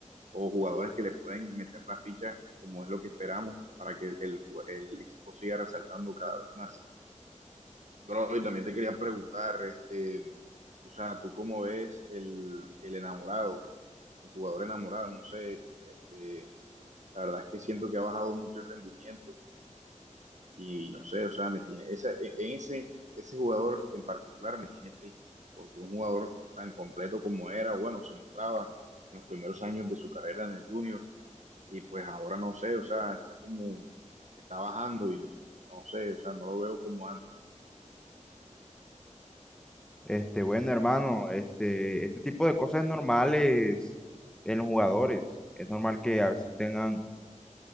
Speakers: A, on the right; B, in the centre.
A: o jugadores que le pueden meter la ficha como es lo que esperamos para que el, el el equipo siga resaltando cada vez más. Bro, y también te quería preguntar, este, tú, o sea, ¿tú cómo ves el, el enamorado, el jugador enamorado? No sé, este, la verdad es que siento que ha bajado mucho el rendimiento y no sé, o sea, me tiene, esa, e, en ese, ese jugador en particular me tiene triste, porque un jugador tan completo como era, bueno, se mostraba en los primeros años de su carrera en el junior, y pues ahora no sé, o sea, está como, está bajando y no sé, o sea, no lo veo como antes.
B: Este, bueno, hermano, este, este tipo de cosas es normales en los jugadores. Es normal que a veces tengan